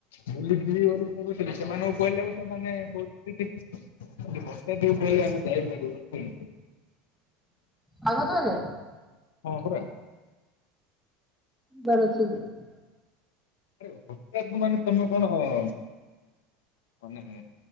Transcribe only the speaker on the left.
ବୁ ଯ ବୋଲିୁଥିଲି <unintelligible> ସେମାନଙ୍କୁ କୁହିଲାକୁ ସେମାନେ କହୁଛନ୍ତି କି ବ ଦଉ ପହିଲ ଆମେ ଯାଇ ପଡୁ <unintelligible>
ହଁ ପରା।
ଆରେ ହଟ ମାନେ ତମେ କଣ <unintelligible> ମାନେ